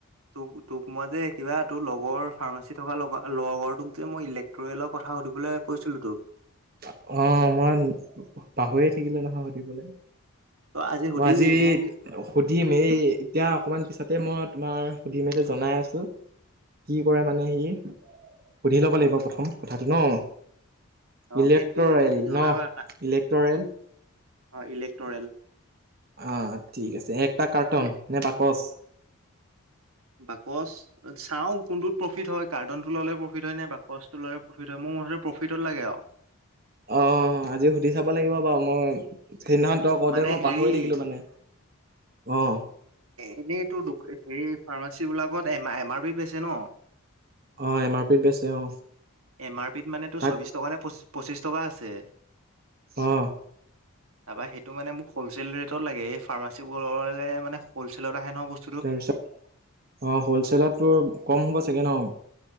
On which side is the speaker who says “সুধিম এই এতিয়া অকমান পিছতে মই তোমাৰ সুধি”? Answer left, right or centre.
Right